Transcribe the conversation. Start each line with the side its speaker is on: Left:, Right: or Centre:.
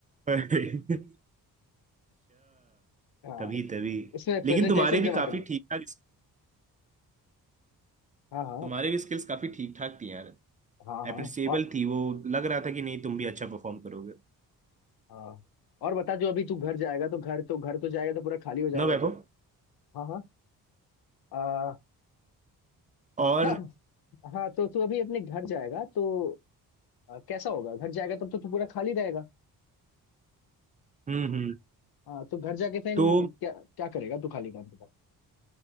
Right: अच्छा
Left: हाँ
Right: तभी तभी
Left: इसमें
Right: लेकिन
Left: प्रेजेंटेशन
Right: तुम्हारे भी
Left: जमा
Right: काफी
Left: करना
Right: ठीक ठाक
Left: हाँ हाँ
Right: तुम्हारे भी स्किल्स काफी ठीक ठाक थी यार
Left: हाँ हाँ
Right: अप्रिसिएबल
Left: और
Right: थी वो लग रहा था कि नहीं तुम भी अच्छा परफॉर्म करोगे
Left: हाँ और बता जो अभी तू घर जाएगा तो घर तो घर तो जाएगा तो पूरा खाली हो जाएगा
Right: ना वैभव
Left: तू हाँ हाँ आ,
Right: और
Left: <laughs> हाँ हाँ तो तू अभी अपने घर जाएगा तो आ, कैसा होगा घर जाएगा तब तो तू पूरा खाली रहेगा
Right: हम्म हम्म
Left: हाँ तो घर जाके फिर
Right: तो
Left: क्या क्या करेगा तू खाली काम के बाद